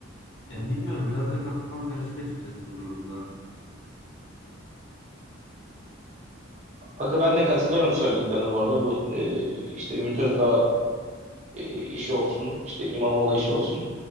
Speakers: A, on the left (about 65°); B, on the right (about 35°).
A: yani bilmiyorum biraz da kafam karışık açıkçası bu durumda.
B: Aga ben de katılıyorum söylediklerine bu arada. Bu e, işte Ümit Özdağ e, işi olsun, işte İmamoğlu işi olsun.